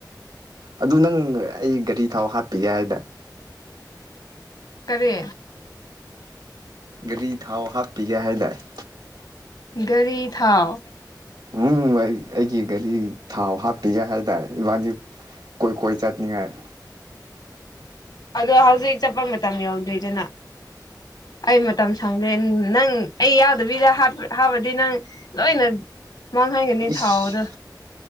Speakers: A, on the right; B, on the left.
A: ꯑꯗꯨ ꯅꯪ ꯑꯩ ꯒꯥꯔꯤ ꯊꯥꯎ ꯍꯥꯞꯄꯤꯒꯦ ꯍꯥꯏꯗꯅ
B: ꯀꯔꯦ
A: ꯒꯥꯔꯤ ꯊꯥꯎ ꯍꯥꯞꯄꯤꯒꯦ ꯍꯥꯏ ꯇꯔꯦ
B: ꯒꯥꯔꯤ ꯊꯥꯎ
A: ꯎ ꯑꯩ ꯑꯩꯒꯤ ꯒꯥꯔꯤ ꯊꯥꯎ ꯍꯥꯞ ꯄꯤꯒꯦ ꯍꯥꯏꯇꯥꯔꯦ ꯏꯕꯥꯗꯤ ꯀꯣꯏ ꯀꯣꯏ ꯆꯠꯅꯤꯡꯉꯥꯏ
B: ꯑꯗꯣ ꯍꯧꯖꯤꯛ ꯆꯠꯄ ꯃꯇꯝ ꯌꯧꯗ꯭ꯔꯤꯗꯅ ꯑꯩ ꯃꯇꯝ ꯁꯪꯗꯦ ꯅꯪ ꯑꯩ ꯌꯥꯎꯗꯕꯤꯗ ꯍꯥꯞꯕꯗꯤ ꯅꯪ ꯂꯣꯏꯅ ꯃꯥꯡꯍꯟꯒꯅꯤ
A: ꯏꯁ
B: ꯊꯥꯎꯗ